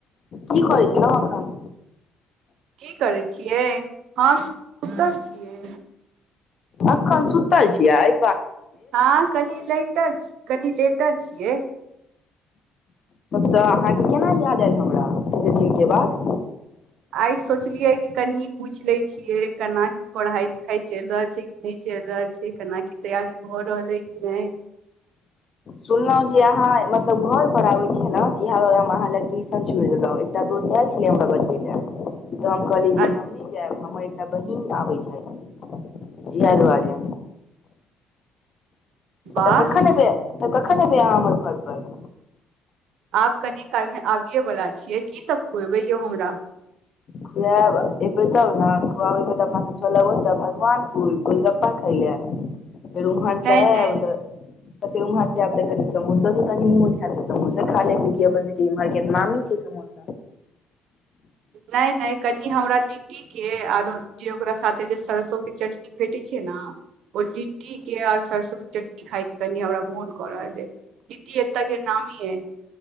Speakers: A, on the left; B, on the right.
A: की करै छलौंहा अखन
B: की करै छियै हम सुतल छियै
A: अखन सुतल छिआइ
B: हँ कनि लेट छी कनि लेटऽ छियै
A: तऽ अहाँके केना याद आयल हमरा अते दिनके बाद
B: आइ सोचलियै कि कनि पूछि लै छी छियै केना की पढ़ाइ लिखाइ चलि रहल छै कि नै चलि रहल छै केना की तैयारी भऽ रहल अइ कि नय
A: सुनलहुँ जे अहाँ मतलब घर पर आबे छले कि इह अहाँ ले हम ट्यूशन छोड़ि देलहुं दोस छलै हमरा <unintelligible> तऽ हम कहलियै जे
B: आ
A: हम नय जायब हमर एकटा बहिन आबै छथि इएह दुआरे
B: वाह
A: तऽ कखन एबै तऽ कखन एबै अहाँ हमर घर पर
B: आब कनि काल मे आबिये वालला छियै की सब खुएबै यौ हमरा
A: खुआब अयबै तब ने खुआबै तऽ अपना सभ चलब ओतऽ भगवान फूल गोलगप्पा खै लए र उहान
B: नहि
A: छै
B: नहि
A: ब त <unintelligible> तऽ फेर उम्हर से आब त कनि समोसो के कनी मोन हेत समोसा खा ले क्याकि अपन सबके इमहर के नामी छै समो <inaudible>
B: नय नय कनि हमरा लिट्टी के आरो जे ओकरा साथे जे सरसों के चटनी भेटै छै न ओ लिट्टी के आऔर सरसो के चटनी खाय के कनि हमरा मोन क रहल अय लिट्टी एतऽ के नामि यै